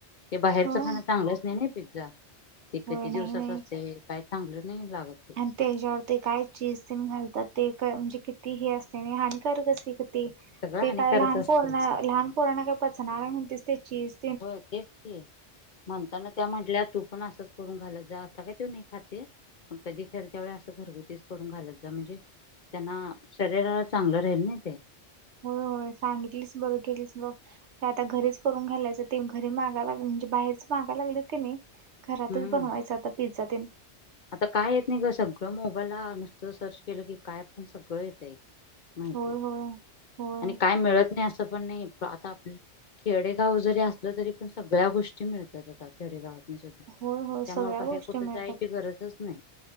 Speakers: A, on the left; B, on the right.
A: ते बाहेरचं
B: होय
A: खाणं चांगलंच नाही. ना पिझ्झा ते किती
B: होय
A: दिवसात
B: नाही नाही
A: असते. काही चांगलं नाही लागत. <unintelligible>
B: आणि त्याच्यावर ते काय चीज घालतात ते म्हणजे किती हे असते हिककच ते
A: सगळं
B: ते
A: हानिकारच
B: काय लहान
A: असते
B: पळ लहान पोळना काय पचनाय म्हणतेस त्याचीज
A: हो तेच ते म्हणताना त्या म्हटल्या तू पण असंच करून घालयत जा आता काय तो नाही खाते प कधी खल त्यावेळे असं घरगुतीच करून घालत जा म्हणजे त्यांना शरीराला चांगलं राहील नाही ते
B: हो होय सांगितलीस बरं केलीस बघ <unintelligible> ते आता घरीच करून घालायचं ते घरी मागाय लाग म्हणजे बाहेरच मागा लाग क नाही घरातच
A: हम्म
B: बनवायचं आता पिझ्झा ते
A: आता काय येत नाही का सगळं मोबाईलला नुसतं सर्च केलं की काय पण सगळं येत आहे माहिती
B: होय होय होय
A: आणि काय मिळत नाही असं पण नाही आता आपलं <unintelligible> खेडेगाव जरी असलं तरी पण सगळ्या गोष्टी मिळतात आता खेडेगावात त्यामुळे
B: होय होय सगळ्या
A: बाहेर
B: गोष्टी
A: कुठे
B: मिळतात
A: जायची गरजच नाही